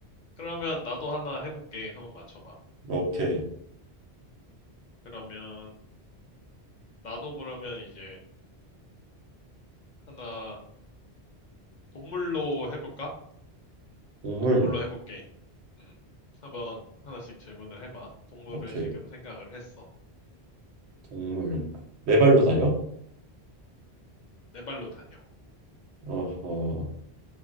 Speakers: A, on the left; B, on the right.
A: 그러면 나도 하나 해볼게. 한번 맞춰봐.
B: 오케이.
A: 그러면 나도 그러면 이제 하나 동물로 해볼까?
B: 동물,
A: 동물로 해볼게. 음. 한번 하나씩 질문을 해봐. 동물을
B: 오케이.
A: 지금 생각을 했어.
B: 동물. 네 발로 다녀?
A: 내 발로 다녀.
B: 어허.